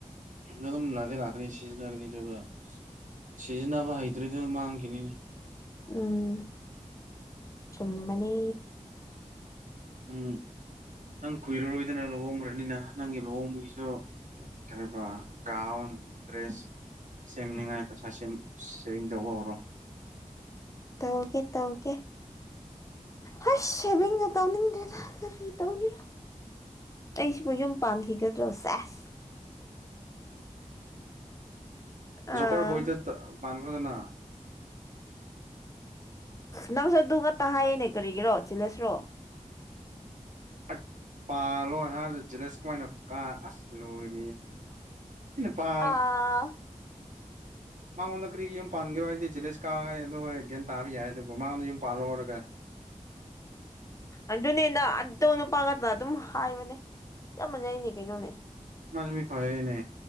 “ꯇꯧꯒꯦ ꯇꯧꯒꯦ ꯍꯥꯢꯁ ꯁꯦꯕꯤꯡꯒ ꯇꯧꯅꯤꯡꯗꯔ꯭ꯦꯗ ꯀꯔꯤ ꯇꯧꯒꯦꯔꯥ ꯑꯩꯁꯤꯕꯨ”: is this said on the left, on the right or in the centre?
Left